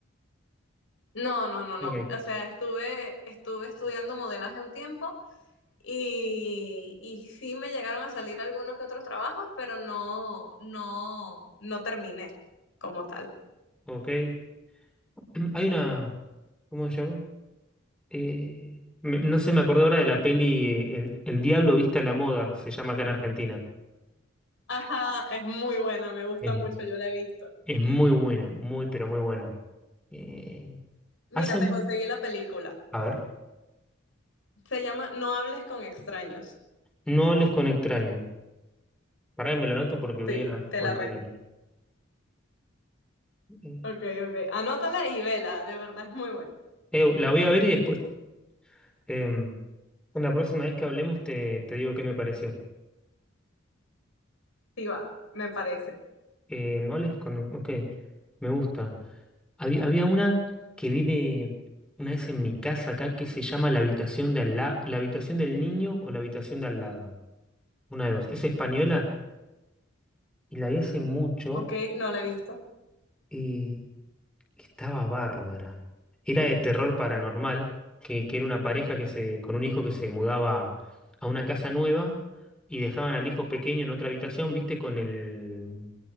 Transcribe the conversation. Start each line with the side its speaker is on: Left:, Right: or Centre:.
Left: No, no, no, no.
Centre: Ok,
Left: O sea, estuve, estuve estudiando modelaje un tiempo y, y sí me llegaron a salir algunos que otros trabajos, pero no, no, no terminé como tal.
Centre: ok. <clears throat> Hay una... ¿Cómo se llama? Eh, me- no sé, me acordé ahora de la peli eh, El, El Diablo Vista a la Moda, se llama acá en Argentina.
Left: Ajá, es muy buena, me gusta
Centre: Es,
Left: mucho, yo la he visto.
Centre: es muy buena, muy, pero muy buena. Eh,
Left: Mira,
Centre: hacen...
Left: te conseguí la película.
Centre: A ver,
Left: Se llama No hables con extraños.
Centre: no hables con extraños. Pará que me lo anoto porque voy
Left: Sí,
Centre: a
Left: te
Centre: olvidarlo.
Left: la recomiendo.
Centre: Eh,
Left: Ok, ok. Anótala y vela, de verdad es muy buena.
Centre: eh, la voy a ver y después... Em, la próxima vez que hablemos te, te digo qué me pareció.
Left: Sí va, me parece.
Centre: Eh, ¿no les con... Ok, me gusta. Había, había una que vi de una vez en mi casa acá que se llama La habitación de al la... la habitación del niño o la habitación de al lado. Una de dos. Es española y la vi hace mucho.
Left: Ok, no la he visto.
Centre: Y Estaba bárbara. Era de terror paranormal, que, que era una pareja que se, con un hijo que se mudaba a una casa nueva y dejaban al hijo pequeño en otra habitación, ¿viste? Con el,